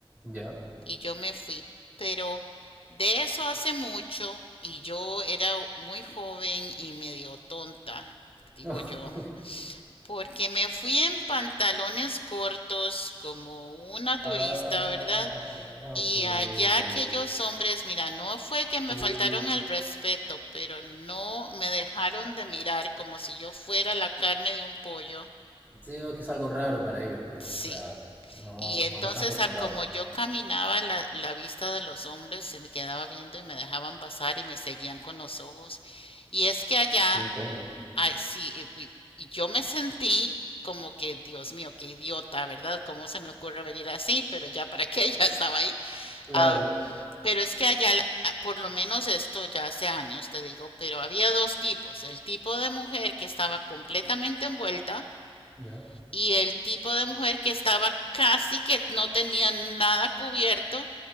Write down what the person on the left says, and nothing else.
Y yo me fui. Pero de eso hace mucho y yo era muy joven y medio tonta, digo
yo,
porque me fui en pantalones cortos como una turista,
¿verdad?
Y
allá aquellos hombres, mira, no fue que me
faltaron el respeto, pero no me dejaron de mirar como si yo fuera la carne de un pollo.
Sí.
Y entonces,
a como yo caminaba, la, la vista de los hombres se me quedaba viendo y me dejaban pasar y me seguían con los ojos. Y es que allá,
ay, sí, y, y- y yo me sentí como que, Dios mío, qué idiota, ¿verdad? ¿Cómo se me ocurre venir así? Pero ya para qué, <laughs> ya estaba ahí.
Am, pero es que allá, por lo menos esto ya hace años, te digo, pero había dos tipos, el tipo de mujer que estaba completamente envuelta
y el tipo de mujer que estaba casi que no tenía nada cubierto,